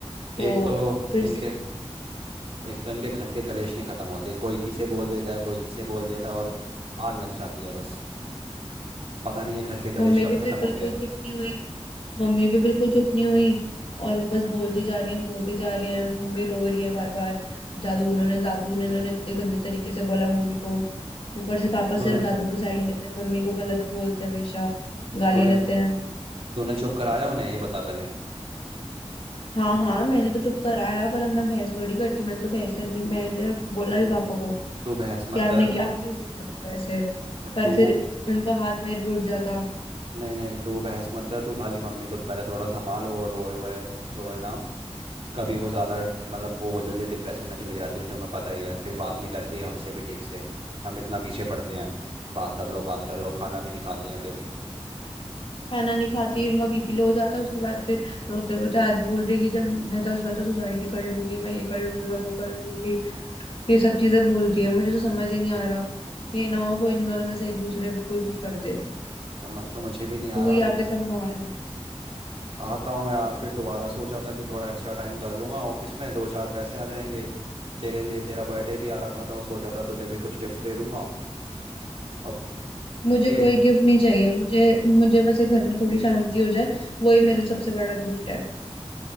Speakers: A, on the left; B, on the right.
A: तो
B: एक तो
A: फिर
B: इनके
A: से
B: एक तो इनके घर के कलेश नहीं ख़त्म होते कोई किसे बोल देता है कोई किसे बोल देता है और आग लग जाती है बस पता नहीं ये घर के कलेश
A: मम्मी
B: कब
A: भी
B: ख़त्म
A: फिर
B: होंगे
A: बिल्कुल चिपकी हुई मम्मी भी बिल्कुल चुप नहीं हुई और वो बस बोलती जा रही है बोलती जा रही है मम्मी रो रही है बार बार दादू उन्होंने दादू ने
B: क्या?
A: उन्होंने इतने गंदे तरीके से बोला मम्मी को ऊपर से पापा
B: तूने
A: सिर्फ दादू की साइड लेते हैं मम्मी को गलत बोलते हैं हमेशा गालियां
B: तूने
A: देते हैं
B: तूने चुप कराया उन्हें ये बता पहले
A: हाँ हाँ मैंने तो चुप कराया पर अब मैं बहस थोड़ी करती मैंने तो बहस करने मैंने बोला
B: नहीं,
A: भी पापा को
B: तू बहस मत
A: कि आपने
B: कर
A: क्या आप क्यों बोल रहे हो ऐसे
B: देख,
A: पर
B: तू
A: फिर उनका हाथ मेरे पे उठ जाता
B: नहीं नहीं तू बहस मत कर तू खाली मम्मी को तो पहले थोड़ा संभाल और रोए वोए रोए ना कभी वो ज़्यादा मतलब वो वो जल्दी डिप्रेशन में चली जाती है जो हमें पता ही है फिर बात नहीं करती है हमसे भी ठीक से हम इतना पीछे पड़ते हैं बात कर लो बात कर लो खाना भी नहीं खाते हैं फिर
A: खाना नहीं खाती उनका बीपी लो हो जाता है उसके बाद फिर रोते रोते आज बोल रही है कि जब मैं दस बार तो सुसाइड कर लूंगी मैं ये कर लूंगी मैं वो कर लूंगी ये सब चीजें बोलती है मुझे तो समझ ही नहीं आ रहा ये ना हो कोई इन दोनों में से एक दूसरे को कोई कुछ कर दे
B: समझ तो मुझे भी नहीं आ
A: तू
B: रहा
A: ही
B: म-
A: आके संभाल
B: आता हूँ यार फिर दोबारा सोचा था कि थोड़ा एक्स्ट्रा टाइम कर लूँगा ऑफिस में दो चार पैसे आ जाएंगे तेरे लिए तेरा बर्थडे भी आ रहा था तो सोचा था तुझे भी कुछ गिफ्ट दे दूंगा अब
A: मुझे
B: ये
A: कोई गिफ्ट नहीं चाहिए मुझे मुझे बस ये घर में थोड़ी शांति हो जाए वही मेरे लिए सबसे बड़ा गिफ्ट है